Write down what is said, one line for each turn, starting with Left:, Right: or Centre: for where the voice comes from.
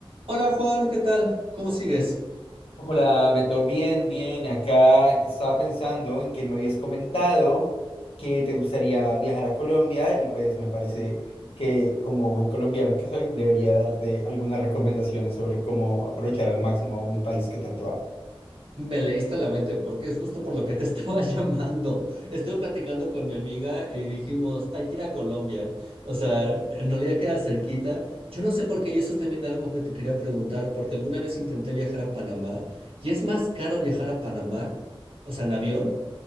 Right: Hola Juan, ¿qué tal? ¿Cómo sigues?
Left: Hola, Beto, bien, bien. Acá estaba pensando en que me habías comentado que te gustaría viajar a Colombia y pues me parece que como buen colombiano que soy, debería darte algunas recomendaciones sobre cómo aprovechar al máximo mi país que tanto amo.
Right: Me leíste la mente porque es justo por lo que te <laughs> estaba llamando. Estuve platicando con mi amiga y dijimos, hay que ir a Colombia. O sea, en realidad queda cerquita. Yo no sé por qué y eso es también algo que te quería preguntar porque alguna vez intenté viajar a Panamá y es más caro viajar a Panamá, o sea, en avión,